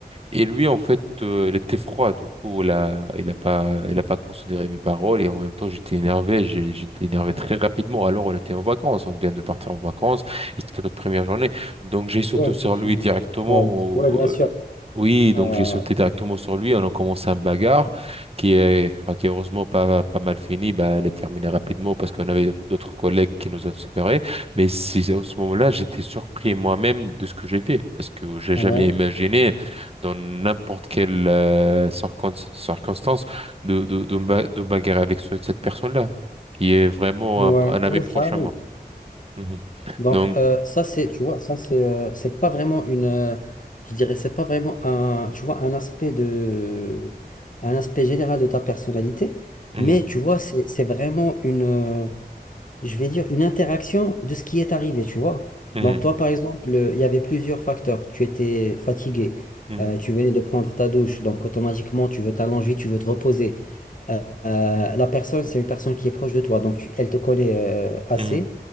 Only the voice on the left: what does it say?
ouais, effectivement.
Ouais,
ouais, bien
sûr.
Euh,
ouais,
ouais,
ouais,
ça arrive.
Donc
euh, ça c'est tu vois ça c'est euh, c'est pas vraiment une euh, je dirais c'est pas vraiment un tu vois un aspect de un aspect général de ta personnalité
mais tu vois c'est c'est vraiment une euh, je vais dire une interaction de ce qui est arrivé tu vois
donc toi par exemple euh, il y avait plusieurs facteurs tu étais fatigué
euh, tu venais de prendre ta douche donc automatiquement tu veux t'allonger tu veux te reposer euh, euh, la personne, c'est une personne qui est proche de toi, donc tu- elle te connaît euh, assez.